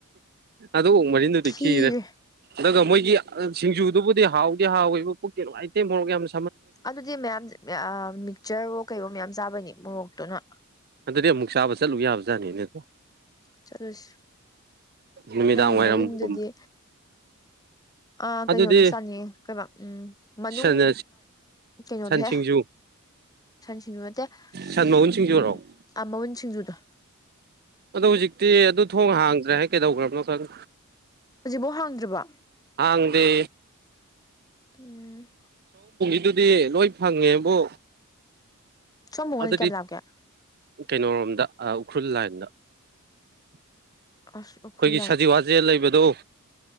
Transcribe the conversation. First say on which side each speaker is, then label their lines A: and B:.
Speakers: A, on the right; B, on the left.
A: ꯑꯗꯨ ꯑꯣꯛ ꯃꯔꯤꯟꯗꯨꯗꯤ
B: ꯈꯤꯔꯦ
A: ꯀꯤꯔꯦ ꯑꯗꯨꯒ ꯃꯣꯏ ꯒꯤ ꯁꯤꯡꯖꯨꯗꯨꯕꯨꯗꯤ ꯍꯥꯎꯗꯤ ꯍꯥꯎꯋꯦꯕ ꯄꯨꯣꯛꯛꯇꯦ ꯅꯨꯡꯉꯥꯏꯇꯦ ꯃꯣꯔꯣꯛ ꯌꯥꯝꯅ
B: ꯑꯗꯨꯗꯤ ꯃꯌꯥꯝ ꯃꯤꯛꯆꯔꯣ ꯀꯩꯔꯣ ꯃꯌꯥꯝ ꯆꯥꯕꯅꯤ ꯃꯣꯔꯣꯛꯇꯨꯅ
A: ꯑꯗꯨꯗꯤ ꯑꯃꯨꯛ ꯆꯥꯕ ꯆꯠꯂꯨ ꯌꯥꯕ ꯖꯥꯠꯅꯤꯅꯦꯀꯣ
B: ꯆꯠꯂꯨꯁꯤ
A: ꯅꯨꯃꯤꯗꯥꯡ
B: ꯅꯪꯒꯤ
A: ꯋꯥꯏꯔꯝꯒꯨꯝꯕ
B: ꯃꯔꯤꯟꯗꯨꯗꯤ ꯑ ꯀꯩꯅꯣꯗꯨ
A: ꯑꯗꯨꯗꯤ
B: ꯆꯥꯟꯅꯤ ꯀꯩ ꯎꯝ ꯃꯅꯨꯡ
A: ꯁꯟ
B: ꯀꯩꯅꯣꯗꯨꯍꯦ
A: ꯁꯟ ꯁꯤꯡꯖꯨ
B: ꯁꯟ ꯁꯤꯡꯖꯨ ꯅꯠꯇꯦ
A: ꯁꯟ ꯃꯎꯟ ꯁꯤꯡꯖꯨꯔꯣ
B: ꯎꯝ ꯃꯎꯨꯟ ꯁꯤꯡꯖꯨꯗꯣ
A: ꯑꯗꯣ ꯍꯧꯖꯤꯛꯇꯤ ꯑꯗꯨ ꯊꯣꯡ ꯍꯥꯡꯗ꯭ꯔꯦ ꯍꯥꯏ ꯀꯩꯗꯧꯈ꯭ꯔꯕꯅꯣ ꯈꯪ
B: ꯍꯧꯖꯤꯛꯐꯥꯎ ꯍꯥꯡꯗ꯭ꯔꯤꯕꯣ
A: ꯍꯥꯡꯗꯦ
B: ꯎꯨꯝ
A: ꯑꯗꯨꯗꯤ ꯂꯣꯏ ꯐꯪꯉꯦꯕꯨ
B: ꯁꯣꯝ ꯃꯨꯛꯀꯗꯤ
A: ꯑꯗꯨꯗꯤ
B: ꯀꯌꯥꯝ ꯂꯥꯞꯀꯦ
A: ꯀꯩꯅꯣꯔꯣꯝꯗ ꯎꯈ꯭ꯔꯨꯜ ꯂꯥꯏꯟꯗ ꯑꯩꯈꯣꯏꯒꯤ
B: ꯑꯁ ꯎꯈ꯭ꯔꯨꯜ
A: ꯁꯖꯤꯋꯥ ꯖꯦꯜ ꯂꯩꯕꯗꯣ